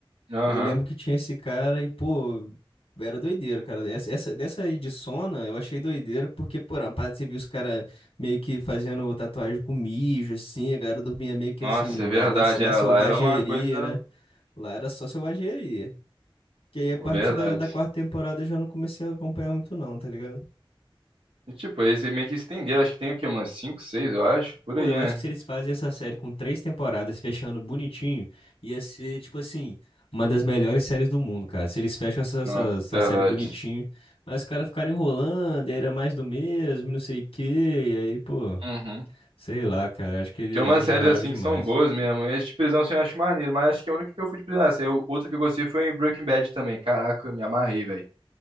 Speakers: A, on the right (about 75°); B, on the left (about 85°).
A: aham.
B: Eu lembro que tinha esse cara e, pô, era doideira, cara. Essa, essa, dessa aí de Sona eu achei doideira, porque, pô, na parte você viu os caras meio que fazendo tatuagem com mijo, assim, a galera dormia meio que
A: Nossa,
B: assim, na,
A: é verdade,
B: na, na
A: era
B: selvageria,
A: lá, era uma coisa.
B: né? Lá era só selvageria. Que aí a partir
A: Verdade.
B: da, da quarta temporada eu já não comecei a acompanhar muito, não, tá ligado?
A: E, tipo, eles meio que estenderam, acho que tem o quê? Umas 5 6 eu acho, por
B: Pô,
A: aí,
B: eu
A: né?
B: acho que se eles fazem essa série com três temporadas fechando bonitinho, ia ser, tipo assim, uma das melhores séries do mundo, cara. Se eles fecham essa, essa,
A: Nossa,
B: essa
A: verdade.
B: série bonitinho, mas os caras ficaram enrolando, e aí era mais do mesmo, e não sei o quê, e aí, pô,
A: Uhum.
B: sei lá, cara. Acho que eles,
A: Tem umas
B: eles
A: séries
B: enrolaram
A: assim
B: demais.
A: que são boas mesmo. Esse de prisão assim, eu acho maneiro, mas acho que a única que eu fui de prisão. Essa, eu, outra que eu gostei foi em Breaking Bad também. Caraca, eu me amarrei, velho.